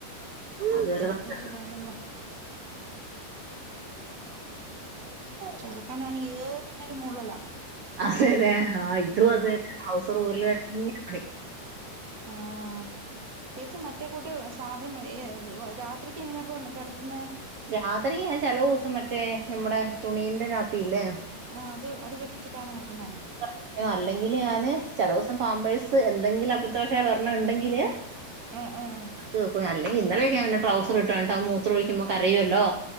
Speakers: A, on the right (about 80°); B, on the right (about 50°).
A: അതുവരെ
B: തെരക്കുട്ച്ചു
A: റെസ്റ്റ്.
B: പോണ്ടല്ലോ ചെർക്കനാണീ ഏത് നേരും മൂളലാ.
A: അതെലെ ആ ഇതും
B: ഉം
A: അതന്നെ ഡ്രൗസറൂരലെന്നെ പണി
B: ആഹ് ചേച്ചി മറ്റേ കൂട്ട് സാധനം മ്മ് രാത്രിക്കെങ്ങനെപ്പോ കെടത്തുന്നെ?
A: രാത്രില് ചെല ദിവസം മറ്റേ നമ്മടെ തുണീന്റെ നാപ്പിയില്ലേ
B: ആഹ് അത് അത് കെട്ടിച്ചിട്ടാണോ കെടക്കുന്നെ
A: <inaudible> അല്ലെങ്കില് ഞാന് ചെലദിവസം പാമ്പേഴ്സ് എന്തെങ്കിലും അബത്തവശാലൊരണ്ണം ഇണ്ടെങ്കില് <unintelligible>
B: ഏഹ് ഏഹ് ആഹ്
A: ത് പ്പം അല്ലെങ്കി ഇന്നലെയൊക്കെ ഞാൻ അവെന്റെ ട്രൗസറ്ട്ടാണ്ടത് മൂത്രാെഴിക്കുമ്പം കരയുവല്ലോ